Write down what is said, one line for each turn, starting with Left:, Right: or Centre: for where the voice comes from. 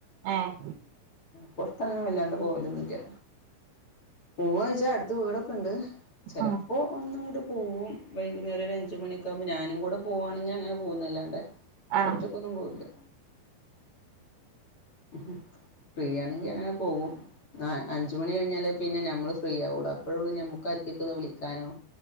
Right: ഏഹ്
Left: പോർത്ത് അങ്ങനെ വല്ലാണ്ട് പോവലോന്നുല്ല പോവായ്ച്ച അടുത്ത് വീടൊക്കെ ഇണ്ട് ചെലപ്പോ
Right: ഉം
Left: ഒന്നങ്ങട്ട് പോവും വൈകുന്നേരം ഒരു അഞ്ച് മണിക്കാകുമ്പോ ഞാനും കൂടെ പോകാണെങ്കി അങ്ങനെ പോവുംന്നല്ലാണ്ടെ
Right: ആ
Left: ഒറ്റക്കൊന്നും പോവില്ല ഉം ഫ്രീ ആണെങ്കി അങ്ങനെ പോകും ആഹ് അഞ്ചുമണി കഴിഞ്ഞാലേ പിന്നെ നമ്മള് ഫ്രീ ആവുള്ളു അപ്പോയോള്ളൂ നമുക്ക് ആർക്കൊക്കെ ഒന്ന് വിളിക്കാനോ